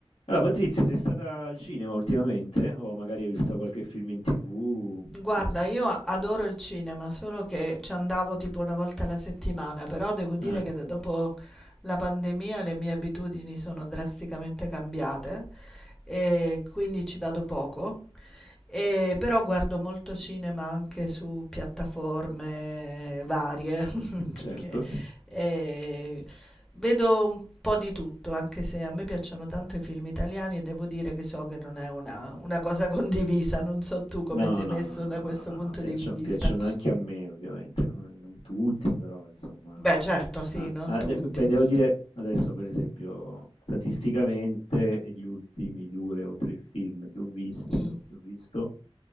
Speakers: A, on the left; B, in the centre.
A: Allora, Patrizia, sei stata al cinema ultimamente? O magari hai visto qualche film in TV?
B: Guarda,
A: Non so.
B: io adoro il cinema, solo che ci andavo tipo una volta alla settimana, però devo dire
A: Eh,
B: che da- dopo la pandemia le mie abitudini sono drasticamente cambiate e quindi ci vado poco. E però guardo molto cinema anche su piattaforme varie, <laughs>
A: certo.
B: che- e vedo un po' di tutto, anche se a me piacciono tanto i film italiani e devo dire che so che non è una, una cosa <laughs> condivisa, non so tu come
A: No,
B: sei
A: no,
B: messo
A: no, no,
B: da
A: no,
B: questo
A: no,
B: punto
A: no, piacciono,
B: di vista.
A: piacciono anche a me, ovviamente, non, non tutti, però insomma.
B: Beh, certo, sì,
A: Ah,
B: non
A: ah,
B: tutti.
A: de- beh, devo dire adesso, per esempio, statisticamente, gli ultimi due o tre film che ho visto,
B: Mm.
A: che ho visto,